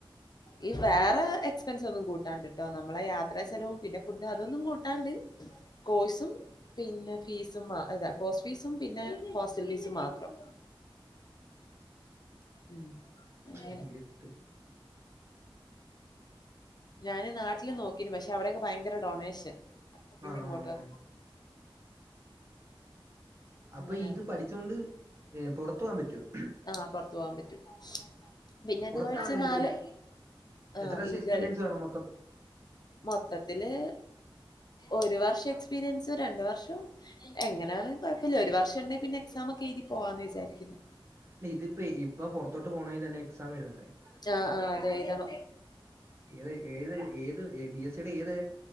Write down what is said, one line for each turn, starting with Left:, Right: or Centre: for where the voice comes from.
Left: ഈ വേറെ എക്സ്പെൻസ് ഒന്നും കൂട്ടാണ്ടിട്ടോ നമ്മളെ യാത്ര- എത്ര ചെലവും പിന്നെ ഫുഡ് അതൊന്നും കൂട്ടാണ്ട് കോഴ്സും- പിന്നെ ഫീസും അതാ കോഴ്സ് ഫീസും പിന്നെ ഹോസ്റ്റൽ ഫീസും മാത്രം ഉം അങ്ങനെ
Right: മ <unintelligible>
Left: ഞാന് നാട്ടില് നോക്കീനു പക്ഷെ അവിടെൊക്കെ ഭയങ്കര ഡൊണേഷൻ അപ്പൊ പിന്നെ
Right: ആഹ്
Left: ഇങ്ങോട്ട്
Right: അപ്പൊ
Left: അങ്ങനെയാണ്
Right: ഇത് പഠിച്ചൊണ്ട് പൊറത്തു പോവാൻ പറ്റുവോ
Left: ആഹ് പൊറത്തു പോവാൻ പറ്റൂ പിന്നെത്
Right: പുറത്താണ്
Left: കഴ <unintelligible> ച്ച്
Right: ഇതിന്റെ
Left: നാല് ആഹ്
Right: എത്ര വർഷം
Left: ഈ
Right: എക്സ്പീരിയൻസ്
Left: ഗൾ
Right: വേണം മൊത്തം
Left: മൊത്തത്തില് ഒരു വർഷം എക്സ്പീരിയൻസും രണ്ടു വർഷവും എങ്ങനെയാലും കുഴപ്പമില്ല ഒരു വർഷം ഉണ്ടെങ്കി പിന്നെ എക്സാം ഒക്കെ എുതി പോവാന്ന് വിചാരിക്കുന്നു
Right: അല്ല ഇതിപ്പോ ഇപ്പ പുറത്തോട്ട് പോണെങ്കിൽ തന്നെ എക്സാം എഴതേണ്ടേ?
Left: ആഹ് ആഹ് ഇവിടെ അതെ ഇതാണ്
Right: ഏത് ഏത് ഏത് ബി എസ് സിയുടെ ഏത്